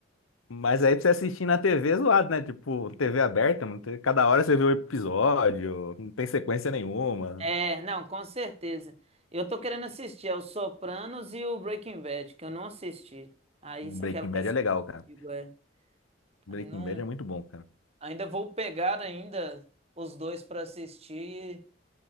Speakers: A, on the left; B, on the right.
A: mas aí pra você assistir na TV é zoado, né? Tipo, TV aberta, não tem- cada hora você vê um episódio, não tem sequência nenhuma.
B: É, não, com certeza. Eu tô querendo assistir, é o Sopranos e o Breaking Bad, que eu não assisti. Aí,
A: Um
B: só
A: Breaking
B: que ela quer
A: Bad
B: assistir
A: é legal, cara.
B: comigo, é.
A: Breaking
B: Aí não.
A: Bad é muito bom, cara.
B: Ainda vou pegar ainda os dois para assistir. e-